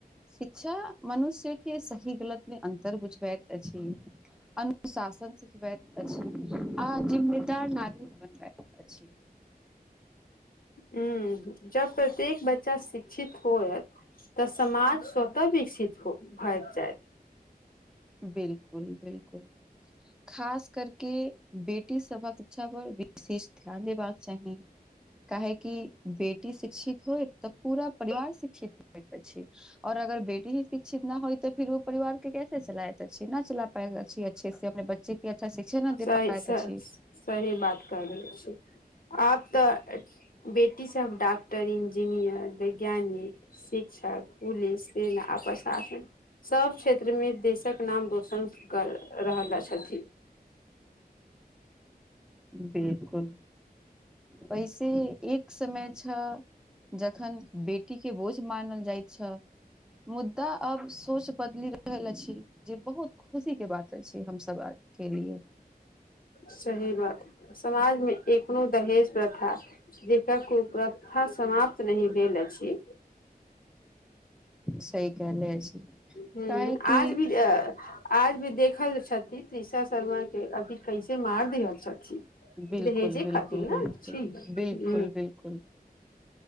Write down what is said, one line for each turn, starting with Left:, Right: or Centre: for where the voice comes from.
Centre: शिक्षा मनुष्य के सही गलत मे अन्तर बुझबैत अछि। अनुशासन सिखबैत अछि आ जिम्मेदार नागरिक बनबैत अछि।
Left: हूँ जब प्रत्येक बच्चा शिक्षित होयत। तऽ समाज स्वतः विकसित हो भइत जाइत।
Centre: बिल्कुल -बिल्कुल खास करके बेटी सबक इच्छा पर चीज ध्यान देबाक चाही काहेकि बेटी शिक्षित होयत तऽ पूरा परिवार शिक्षित होइत अछि और अगर बेटी ही शिक्षित न होयत फिर ओ परिवार के कैस चलायत अछि न चलापायत अछि अच्छे से अपने- जे कि अच्छा शिक्षा न दे
Left: सही
Centre: पायत अछि
Left: सही बात कहले अछि। आब तऽ बेटी सब डॉक्टर इंजीनियर वैज्ञानिक शिक्षक पुलिस सेना आ प्रशासन सब क्षेत्र मे देशक नाम रोशन कर रहल अछथि।
Centre: बिलकुल पैसे एक समय छ जखन बेटी के बोझ मानल जाइत छल मुद्दा अब सोच बदलि रहल अछि। जे बहुत खुशीके बात अछि हमसब के लिए
Left: सही बात समाजमे एखनो दहेज प्रथा जेका कुप्र- कथा समाप्त नहि भेल अछि।
Centre: सही कहले अछि।
Left: हूं
Centre: काहे कि
Left: आज भी आज भी देखल छथि तृषा शर्मा के अभी कैसे मार दिहल छथि।
Centre: बिलकुल
Left: दहेजे
Centre: बिलकुल
Left: खातिर
Centre: बिलकुल
Left: ने छी
Centre: बिलकुल
Left: ह
Centre: बिलकुल